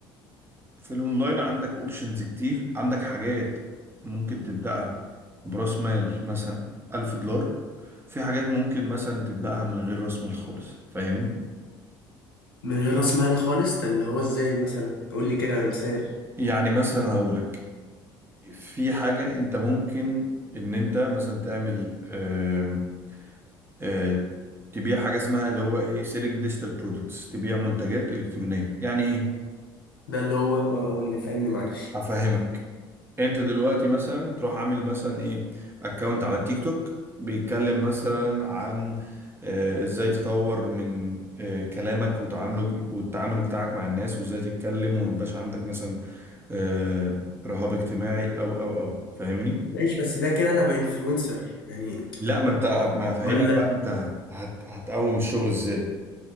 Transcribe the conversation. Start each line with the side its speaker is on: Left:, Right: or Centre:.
Right: في الاونلاين عندك اوبشنز كتير عندك حاجات ممكن تبدأها براس مال مثلا ألف دولار في حاجات ممكن مثلا تبدأها من غير راس مال خالص فاهمني
Left: من غير راس مال خالص ده اللي هو ازاي مثلا قول لي كده مثال
Right: يعني مثلا هقول لك في حاجة انت ممكن ان انت مثلا تعمل آم، آه، تبيع حاجة اسمها اللي هو ايه سيلينج ديجيتال برودكتس تبيع منتجات إلكترونية يعني ايه
Left: ده اللي هو اه، قول لي فاهمني معلش
Right: افهمك انت دلوقتي مثلا تروح عامل مثلا ايه اكونت على التيك توك بيتكلم مثلا عن آه، ازاي تطور من آه، كلامك وتعاملك والتعامل بتاعك مع الناس وازاي تتكلم وما يبقاش عندك مثلا آه، رهاب اجتماعي او او او فاهمني
Left: ماشي بس ده كده انا بانفلونسر يعني
Right: لا ما انت ما هفهمك
Left: ولا
Right: بقى انت هت هتقوم الشغل ازاي